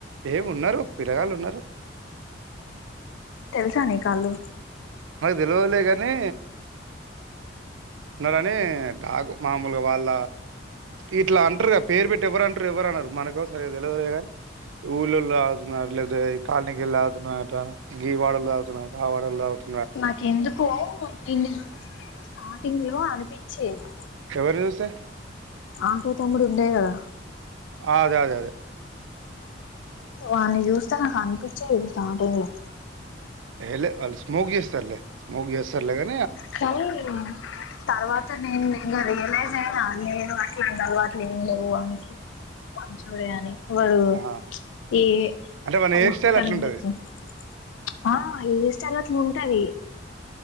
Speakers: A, on the right; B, on the left.
A: ఏమిన్నారు పిల్లగాళ్ళు ఉన్నారు
B: తెలుసా నీ కాళ్ళు
A: తెలివలేగాని ఉన్నారని కు మామూలుగా వాళ్ళ ఇట్లా అంటారుగా పేరు పెట్టి ఎవరంటారు ఎవర అన్నారు మనకో సరి తెలియలే గ ని ఊళ్ళళ తగుతున్నారు లేదా ఈ కాలనీనికిీళ ఆగుతున్నట గీ వాడలు తాగుతున్నారు ఆ వాడలు తాగుతు
B: నాకెందుకో ని న న వస్తే స్టార్టింగ్ లో అనిపిచ్చేది
A: ఎవరిని చూస్తే
B: ఆటో తమ్ముడు ఉండేయి కదా
A: అదే అదే అదే
B: వాని చూస్తే నాకు అనిపించేది స్టార్టింగ్ లో
A: ఎలే అల్ స్మోక్ చేస్తర్లే స్మోక్స్త చేస్తారు తాగాని
B: కనీ తర్వాత నేను ఇంకా రియలైజ్ నేనా లేరు అట్లాంటి అలవాట్లు లేవు అని మంచోడే అని వరు
A: ఆ
B: ఏ
A: అంటే మన
B: అమ్మా
A: హెయిర్ స్టైల్
B: కరెంట్
A: అట్లుంటది
B: వచ్చింది ఆ ఇన్ట గ్రామ్ ఉంటది